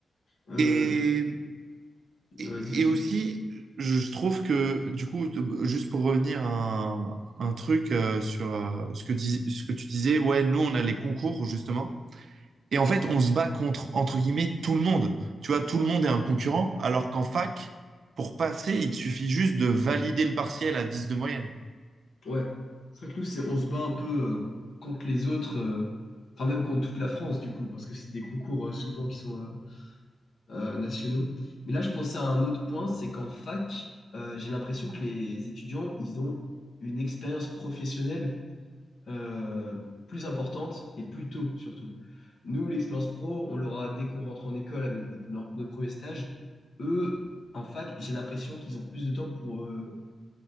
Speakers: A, on the left; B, on the right.
A: Euh,
B: Et, et,
A: vas-y, vas-y.
B: et aussi, je je trouve que, du coup, t- juste pour revenir à un, un truc euh, sur euh, ce que dis- ce que tu disais, ouais, nous, on a les concours, justement. Et en fait, on se bat contre, entre guillemets, tout le monde. Tu vois, tout le monde est un concurrent, alors qu'en fac, pour passer, il te suffit juste de valider le partiel à 10 de moyenne.
A: Ouais. C'est vrai que nous, c'est, on se bat un peu euh, contre les autres, euh, enfin même contre toute la France, du coup, parce que c'est des concours euh, souvent qui sont, euh, euh, nationaux. Mais là, je pensais à un autre point, c'est qu'en fac, euh, j'ai l'impression que les étudiants, ils ont une expérience professionnelle euh, plus importante et plus tôt surtout. Nous, l'expérience pro, on l'aura dès qu'on rentre en école avec des- nos, nos premiers stages. Eux, en fac, j'ai l'impression qu'ils ont plus de temps pour, euh,